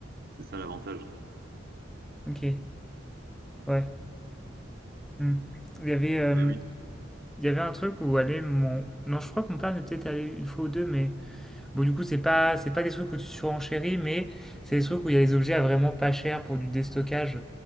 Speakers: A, on the right; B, in the centre.
A: C'est ça l'avantage.
B: Ok, ouais. Hmm. Il y avait, euh,
A: Mais oui,
B: il y avait un truc où aller mon... Non, je crois que mon père est peut-être allé une fois ou deux, mais... Bon, du coup, c'est pas, c'est pas des trucs où tu surenchéris, mais c'est des trucs où il y a des objets à vraiment pas cher pour du déstockage.